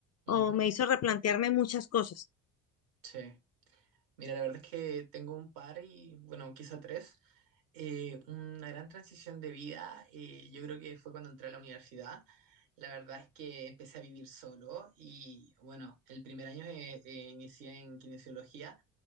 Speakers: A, on the left (about 35°); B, on the right (about 90°).
A: o
B: ujú,
A: me hizo replantearme muchas cosas.
B: Sí. Mira, la verdad es que tengo un par y, bueno, quizá tres. Eh, una gran transición de vida, eh, yo creo que fue cuando entré a la universidad. La verdad es que empecé a vivir solo y, bueno, el primer año eh, eh, inicié en kinesiología.